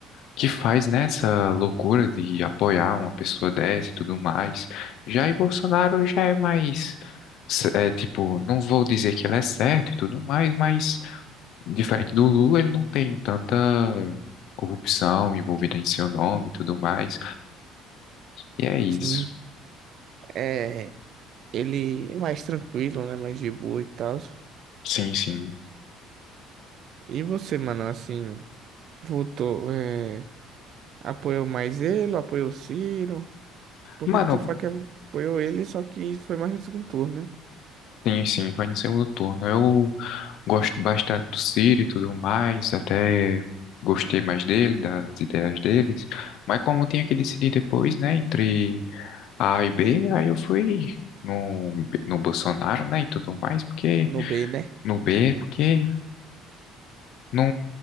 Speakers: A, on the left; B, on the right.
A: que faz, né, essa loucura de apoiar uma pessoa dessa e tudo mais. Jair Bolsonaro já é mais, s- é, tipo, não vou dizer que ele é certo e tudo mais, mas Diferente do Lula, ele não tem tanta corrupção envolvida em seu nome e tudo mais. E é isso.
B: Sim. É. Ele é mais tranquilo, né? Mais de boa e tal.
A: Sim, sim.
B: E você, mano, assim. Votou, é, apoiou mais ele, apoiou o Ciro, porque
A: Mano,
B: te fala que apoiou ele, só que foi mais no segundo turno, né?
A: tem sim, vai no segundo turno. Eu gosto bastante do Ciro e tudo mais, até gostei mais dele, das ideias deles. Mas como eu tinha que decidir depois, né, entre A e B, aí eu fui no, no Bolsonaro, né, e tudo mais, porque
B: No B, né?
A: no B, porque não